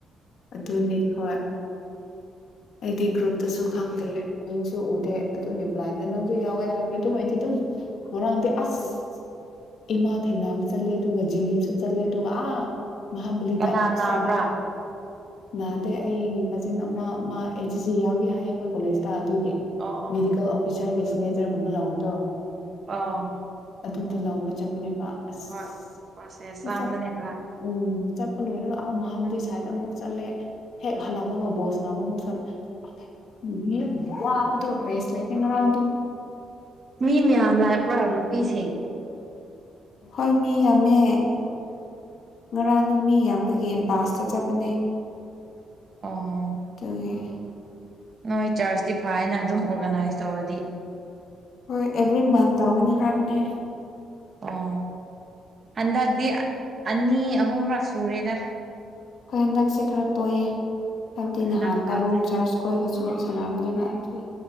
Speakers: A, on the left; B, on the right.
A: ꯑꯗꯨꯅꯤ ꯍꯣꯏ ꯑꯩꯗꯤ ꯒ꯭ꯔꯨꯞ ꯇꯁꯨ ꯈꯪꯗꯦ ꯃꯤꯡꯁꯨ ꯎꯗꯦ ꯑꯗꯨꯒꯤ ꯕꯥꯏꯟꯗ ꯅꯪꯁꯨ ꯌꯥꯎꯋꯦ ꯍꯥꯏꯕꯗ ꯑꯗꯨꯝ ꯑꯩꯗꯤ ꯑꯗꯨꯝ ꯉꯔꯥꯡꯗꯤ ꯑꯁ ꯏꯃꯥ ꯊꯦꯡꯅꯕ ꯆꯠꯂꯦ ꯑꯗꯨꯒ ꯖꯤꯅꯤꯝꯁꯨ ꯆꯠꯂꯦ ꯑꯗꯨꯒ ꯑꯥ ꯃꯍꯥꯕꯂꯤꯗꯃꯨꯛ
B: ꯀꯅꯥ ꯅꯥꯕ꯭ꯔꯥ
A: ꯆꯠꯂꯦ ꯅꯥꯗꯩ ꯑꯩꯒꯤ ꯀꯥꯖꯤꯟ ꯑꯃ ꯃꯥ ꯑꯦꯟ ꯁꯤ ꯁꯤ ꯌꯥꯎꯒꯦ ꯍꯥꯏꯌꯦ ꯑꯩꯈꯣꯏ ꯀꯣꯂꯦꯖꯇ ꯑꯗꯨꯒꯤ
B: ꯑꯣ
A: ꯃꯦꯗꯤꯀꯦꯜ
B: ꯑꯣ
A: ꯑꯣꯐꯤꯁꯔꯒꯤꯗꯤꯁꯤꯅꯦꯖꯔꯒꯨꯝꯕ ꯂꯥꯎꯕꯗꯣ
B: ꯑꯥ
A: ꯑꯗꯨꯗ ꯂꯧꯕ ꯆꯠꯄꯅꯦꯕ ꯑꯁ
B: ꯍꯣꯏ ꯄ꯭ꯔꯣꯁꯦꯁ ꯆꯥꯡꯕꯅꯦ ꯈꯔ
A: ꯎꯝ ꯆꯠꯄ ꯂꯣꯏꯔ ꯑ ꯃꯍꯥꯕꯤꯁꯨ ꯁꯥꯏꯗ ꯑꯃꯨꯛ ꯆꯠꯂꯦ ꯍꯦꯛ ꯍꯜꯂꯛꯄꯒ ꯕꯣꯁ ꯅꯥꯕ ꯑꯃꯨꯛ ꯆꯠꯂꯦ <unintelligible> ꯋꯥꯕꯗꯣ ꯔꯦꯁ ꯂꯥꯏꯇꯦ ꯉꯔꯥꯡꯗꯣ
B: ꯃꯤ ꯃꯌꯥꯝ ꯂꯥꯛꯄ꯭ꯔꯥ ꯅꯨꯄꯤꯁꯤꯡ
A: ꯍꯣꯏ ꯃꯤ ꯌꯥꯝꯃꯦ ꯉꯔꯥꯡꯗꯣ ꯃꯤ ꯌꯥꯝꯕꯒꯤ ꯕꯥꯁꯇ ꯆꯠꯄꯅꯦ
B: ꯑꯣ
A: ꯑꯗꯨꯒꯤ
B: ꯅꯣꯏ ꯆꯔꯁꯇꯤ ꯐꯥꯏꯅ ꯑꯗꯨꯝ ꯑꯣꯔꯒꯅꯥꯏꯁ ꯇꯧꯔꯗꯤ
A: ꯍꯣꯏ ꯑꯦꯕ꯭ꯔꯤ ꯃꯟ ꯇꯧꯒꯅꯤ ꯍꯥꯏꯕꯅꯦ
B: ꯑꯣ ꯍꯟꯗꯛꯇꯤ ꯑꯅꯤ ꯑꯍꯨꯝꯔꯛ ꯁꯨꯔꯦꯗ
A: ꯑꯩꯈꯣꯏ ꯍꯟꯗꯛꯁꯦ ꯈꯔ ꯇꯣꯏꯑꯦ ꯍꯥꯏꯕꯗꯤ
B: ꯍꯟꯗꯛ
A: ꯅꯍꯥꯟ ꯇꯔꯨꯝ
B: ꯊꯥꯁꯦ
A: ꯆꯔꯆ ꯑꯩꯈꯣꯏꯒꯁꯨ ꯁꯥꯟꯅꯕꯅꯦꯕ ꯑꯗꯨꯏ